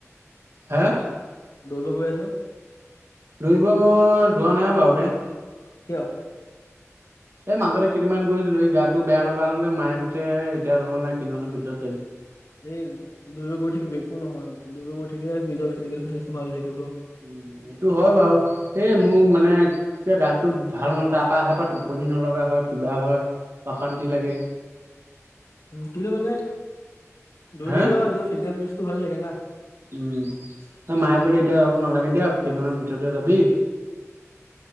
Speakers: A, on the right; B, on the left.
A: হে?
B: দৌৰিব গৈ আছো।
A: দৌৰিব মই যোৱা নাই বাৰু দে।
B: কিয়?
A: এই মাজতে কেইদিনমান গৈছিলো এই গাটো বেয়া লগা হল যে মায়ে কৈছে এতিয়া যাব নালাগে কেইদিনমানৰ পিছত যাবি।
B: এই দৌৰিব গৈ থাকিবি একো নহয় দৌৰিব গৈ থাকিলে নিজৰ ফিজিকেল -ফিটনেচটো ভাল থাকিব।
A: উম, এইটো হয় বাৰু এই মোৰ মানে এতিয়া গাটোভাল নহৈ তাৰ পৰা অহাৰ পৰা টোপনি নলগা <unintelligible> হয়, কিবা হয় অশান্তি লাগে।
B: উম, কিন্তু মানে দৌৰি
A: হা
B: থাকিলে বা নিজৰ ফিজিকেল ফিটছ টো ভাল থাকে না।
A: উম, মায়ে কলে এতিয়া যাব নালাগে দিয়া কেইদিনমান পিছতে যাবি। <inaudible>